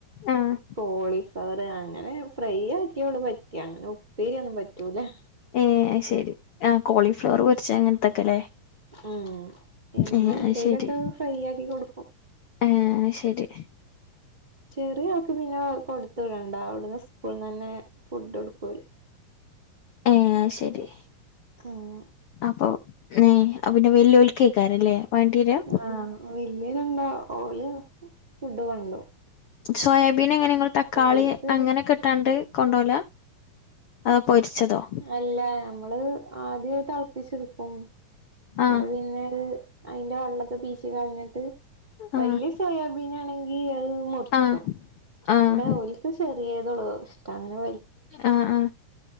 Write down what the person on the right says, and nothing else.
കോളിഫ്ലവർ അങ്ങനെ ഫ്രൈ ആക്കിയുള്ളു പറ്റാ അങ്ങനെ പീ രെ ഒന്നും പറ്റൂല്ല
ഉം എന്നും
എന്തേലൊക്കെ
ഫ്രൈ ആക്കി കൊടുക്കും
ചെറിയാൾക്ക് പിന്നെ കൊടുത്തു വിടണ്ട, അവിടുന്ന് സ്കൂളിൽ നിന്ന് തന്നെ ഫുഡ് കൊടുക്കൂലേ.
അങ്ങനെ.
ആ വലിയരന്ണ്ട, ഓല് ഫുഡ് കൊണ്ടുപോവും.
ഓൽക്ക്
അല്ല നമ്മള് ആദ്യം തിളപ്പിച്ചടുക്കും. എന്നട്ട്
പിന്നെ അതിന്റെ- വെള്ളമൊക്കെ പീച്ച് കളിഞ്ഞിട്ട് വലിയ
സോയാബീൻ ആണെങ്ക- ത് മുറിച്ചും
അവിടെ ഓലക്ക് ചെറിയതള്ളൂ ഇഷ്ട അങ്ങനെ.